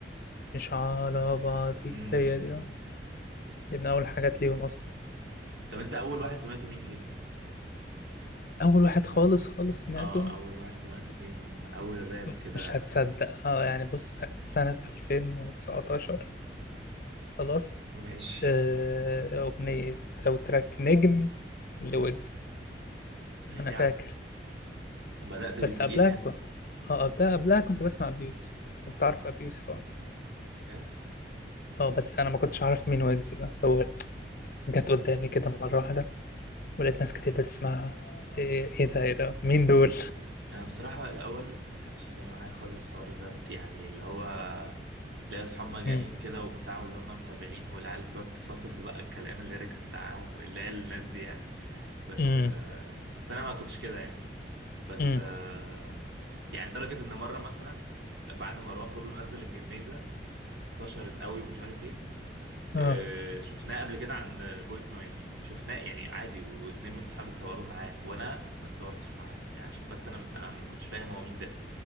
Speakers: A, on the left; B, on the right.
A: مش على بعضي
B: امم
A: هي دي اه دي من أول حاجات ليهم أصلا
B: طب انت اول واحد سمعته مين فيهم؟
A: أول واحد خالص خالص سمعته
B: اه اول واحد سمعته فيهم اول راب
A: م-
B: كده
A: مش هتصدق اه يعني بص سنة 2019 خلاص
B: ماشي
A: آه، أغنية أو تراك نجم لويجز
B: طيب
A: أنا
B: يا
A: فاكر
B: عم بدأت بالتقيل
A: بس قبلها
B: يعني
A: ك... اه قبلها قبلها كنت بسمع ابي يوسف كنت عارف ابي يوسف اه
B: فاهم؟
A: اه بس انا ما كنتش عارف مين ويجز ده هو جت قدامي كده مره واحده ولقيت ناس كتير بتسمعها ايه ايه ده ايه ده مين دول
B: انا بصراحة الاول ما كانش جاي معايا خالص حوار الراب يعني اللي هو ليا اصحاب مجانين
A: امم
B: كده وبتاع واللي هم متابعين والعيال بتقعد تفصص بقى الكلام الليركس بتاعهم واللي هي الناس دي يعني بس
A: امم
B: آه، بس انا ما كنتش كده يعني بس
A: امم
B: آه، يعني لدرجة ان مرة مثلا بعد ما مروان بابلو نزل الجميزة انتشرت قوي ومش عارف ايه آه،
A: اه
B: شفناه قبل كده عن بوينت 90 شفناه يعني عادي واتنين من صحابي اتصوروا معاه وانا ما اتصورتش معاه يعني عشان بس انا انا ما كنتش فاهم هو مين ده